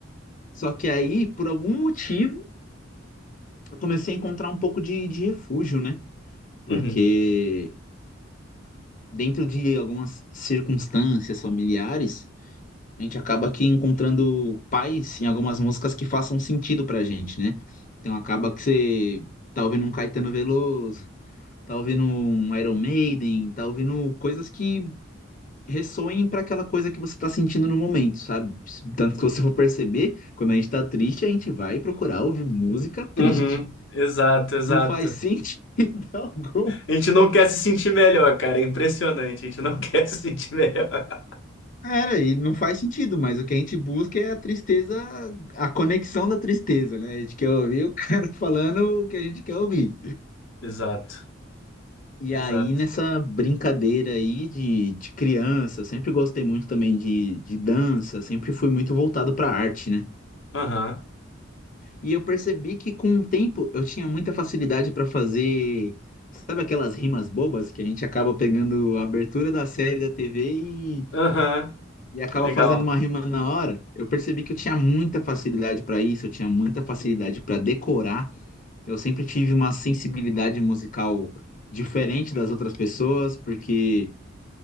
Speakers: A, on the left; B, on the left.
A: Só que aí, por algum motivo, eu comecei a encontrar um pouco de, de refúgio, né? Porque
B: Uhum.
A: dentro de algumas circunstâncias familiares, a gente acaba aqui encontrando pais em algumas músicas que façam sentido pra gente, né? Então acaba que você tá ouvindo um Caetano Veloso, tá ouvindo um Iron Maiden, tá ouvindo coisas que ressoem para aquela coisa que você está sentindo no momento, sabe? Tanto que você for perceber, quando a gente está triste, a gente vai procurar ouvir música triste.
B: Uhum. Exato, exato.
A: Não faz sentido <laughs> algum.
B: A gente não quer se sentir melhor, cara. É impressionante. A gente não <laughs> quer se sentir melhor.
A: Cara, e não faz sentido, mas o que a gente busca é a tristeza, a conexão da tristeza, né? A gente quer ouvir o <laughs> cara falando o que a gente quer ouvir.
B: Exato.
A: E
B: Exato.
A: aí, nessa brincadeira aí de, de criança, sempre gostei muito também de, de dança, sempre fui muito voltado para arte, né?
B: Aham.
A: E eu percebi que com o tempo eu tinha muita facilidade para fazer, sabe aquelas rimas bobas que a gente acaba pegando a abertura da série da TV e,
B: Aham.
A: e acaba
B: Legal.
A: fazendo uma rima na hora? Eu percebi que eu tinha muita facilidade para isso, eu tinha muita facilidade para decorar. Eu sempre tive uma sensibilidade musical diferente das outras pessoas, porque,